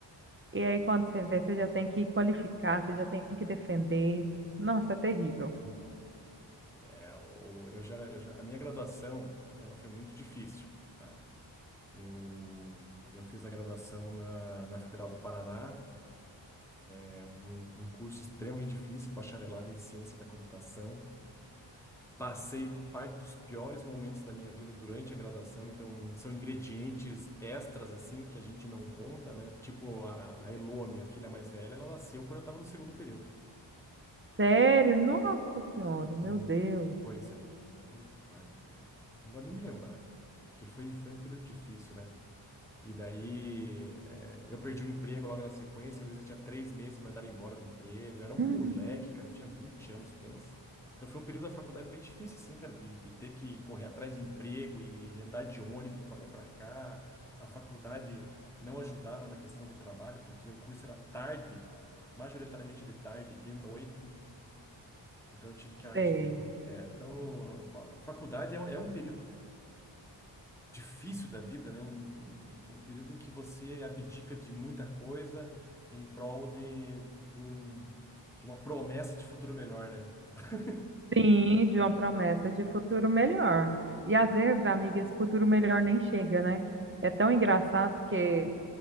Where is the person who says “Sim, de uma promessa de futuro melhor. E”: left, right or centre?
Right